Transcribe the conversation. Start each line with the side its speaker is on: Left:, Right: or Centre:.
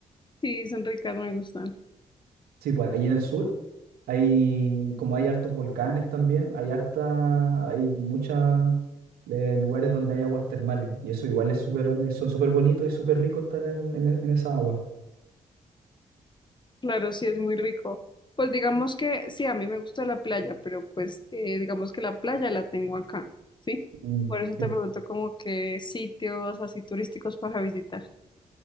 Left: sí, son ricas, me gustan.
Right: Sí, pues ahí en el sur. Hay, como hay hartos volcanes también, hay harta, hay muchos lugares donde hay aguas termales. Y eso igual es súper, eh, son súper bonitos y súper ricos estar en, en, e- en esa agua.
Left: Claro, sí, es muy rico. Pues digamos que sí, a mí me gusta la playa, pero pues eh, digamos que la playa la tengo acá, ¿sí?
Right: Mm,
Left: Por eso te
Right: sí.
Left: pregunto como qué sitios así turísticos para visitar.